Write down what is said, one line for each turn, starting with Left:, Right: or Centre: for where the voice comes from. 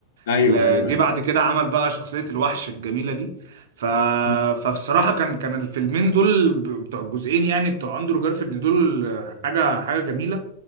Left: ايوه
Right: ل-
Left: ايوه
Right: جه
Left: ايوه
Right: بعد كده عمل بقى شخصية الوحش الجميلة دي ف...
Left: م.
Right: فبصراحة كان كان الفيلمين دول ب- بتوع الجزئين يعني بتوع اندرو جارفيلد دول حاجة حاجة جميلة